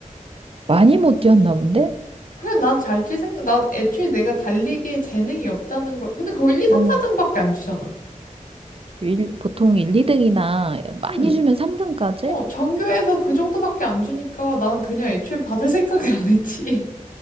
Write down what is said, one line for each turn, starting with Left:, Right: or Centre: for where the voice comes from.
Right: 많이 못 뛰었나 본데?
Left: 그냥 난 잘지 생각, 난 애초에 내가 달리기에 재능이 없다는 걸, 근데 그거 1, 2, 3,
Right: 어,
Left: 4등밖에 안 주잖아.
Right: 일, 보통 1, 2등이나 많이
Left: 음.
Right: 주면 3등까지?
Left: 어, 전교에서 그 정도밖에 안 주니까 나는 그냥 애초에 받을 생각을 안 했지. <laughs>